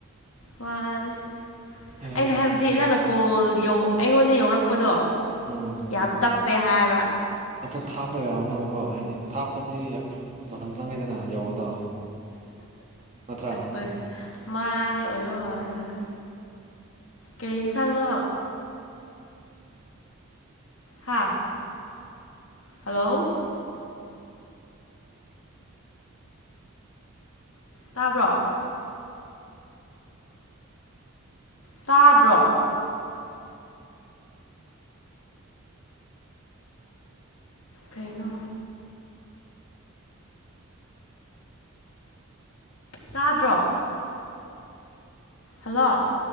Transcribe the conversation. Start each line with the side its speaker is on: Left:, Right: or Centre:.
Left: ꯃꯥꯅꯦ
Right: ꯑꯦ
Left: ꯑꯩꯅ ꯍꯥꯏꯕꯗꯤ
Right: ꯑꯗ
Left: ꯅꯪꯅ ꯀꯣꯜ ꯌꯧ ꯑꯩꯉꯣꯟꯗ ꯌꯧꯔꯛꯄꯗꯣ
Right: ꯎꯝ
Left: ꯌꯥꯝ ꯇꯞꯄꯦ ꯍꯥꯏꯕ
Right: ꯑꯗꯣ ꯊꯥꯞꯄꯒꯤ ꯑꯣꯏꯔꯝꯒꯅꯤꯕꯀꯣ ꯍꯥꯏꯗꯤ ꯊꯥꯞꯄꯗꯤ ꯃꯇꯝ ꯆꯪꯉꯤꯗꯅ ꯌꯧꯕꯗꯣ ꯅꯠꯇ꯭ꯔꯥ
Left: ꯍꯣꯏ ꯃꯥꯅꯦ ꯑꯣꯏꯕ ꯃꯥꯜꯂꯦ ꯍꯣꯏ ꯀꯔꯤ ꯌꯦꯟꯁꯥꯡꯅꯣ ꯍꯥꯥ ꯍꯜꯂꯣ ꯇꯥꯕ꯭ꯔꯣ ꯇꯥꯗ꯭ꯔꯣ ꯀꯩꯅꯣ ꯇꯥꯗ꯭ꯔꯣ ꯍꯜꯂꯣ